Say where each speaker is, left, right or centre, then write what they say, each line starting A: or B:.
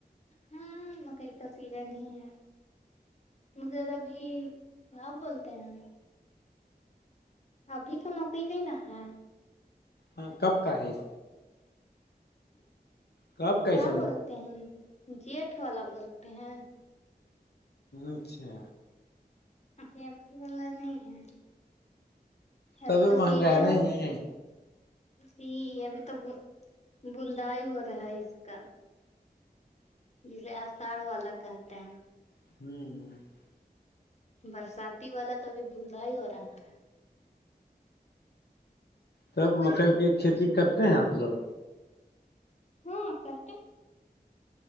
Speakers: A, on the left; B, on the left.
A: ہاں مکئی کا سیزن ہی ہے مگر ابھی کیا بولتے ہیں ابھی کا مکئی بھی نا ہے
B: ہاں کب کا ہے اس کب کا
A: کیا
B: ایسا
A: بولتے ہیں جیٹھ والا بولتے ہیں
B: اچھا
A: اھی اھی والا نہیں ہے ابھی
B: تبھی
A: تو
B: مہنگا
A: سیج رہ
B: ہے
A: ن
B: نہیں
A: جی ابھی تو بندائی ہو رہا ہے اس کا جسے آشاڑھ والا کہتے ہیں
B: ھم
A: برساتی والا تو ابھی بلا ہی ہو رہا ہے
B: سب مکئی کی کھیتی کرتے ہیں آپ لوگ
A: ہاں کس